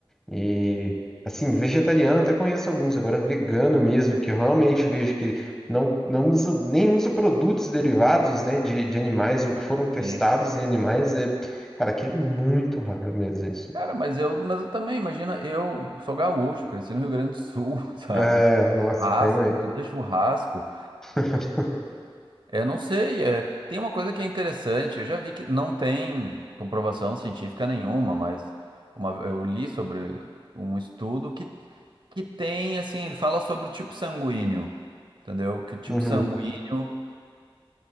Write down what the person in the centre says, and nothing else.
E assim, vegetariano até conheço alguns, agora vegano mesmo, que eu realmente vejo que não, não usa, nem usa produtos derivados, né, de, de animais ou que foram testados
em animais, é, cara, que é muito raro mesmo isso.
É,
nossa,
realmente.
<laughs>
Uhum,